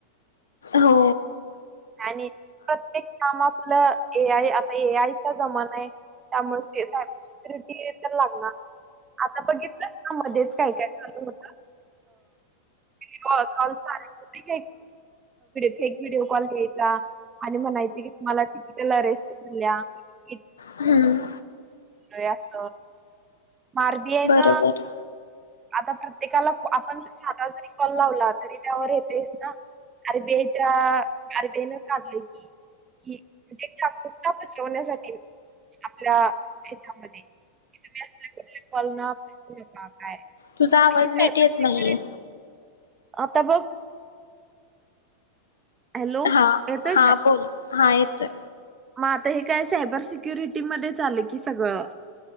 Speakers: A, on the left; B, on the right.
A: हो
B: आणि <unintelligible> प्रत्येक कामा आपलं ए आय आता ए आयचा जमाना आहे त्यामुळे सायबर स्युिटी तर लागणार आता बघितलं ना मध्येच काय काय चालू होत <unintelligible> कॉल काही फेक व्हिडिओ कॉल घ <unintelligible> आणि म्ह माहिती की तुम्हाला तिकीटला रेस्टल्या <unintelligible>
A: हम्म
B: तयास आरबीआयने
A: बरोबर
B: आता प्रत्येकाला आपण साधा जरी कॉल लावला तरी त्यावर येतेस ना अरबीच्या अरबेन काढलं की कि म्हणजे छूकता <unintelligible> पसरवण्यासाठी आपल्या ह्याच्यामध्ये <unintelligible> कि तुम्ही असल्या कुठल्या कलना पसरू नका काय
A: तुझा आवाज
B: ही सायबर
A: नीट येत
B: सिक्युरिटी
A: नाहीये.
B: आता बघ, हॅलो
A: हा
B: येतोय
A: हा
B: काय
A: बोल हा येतोय,
B: मग आता हे काय सायबर सिक्युरिटीमध्येध्ये चाले की सगळं.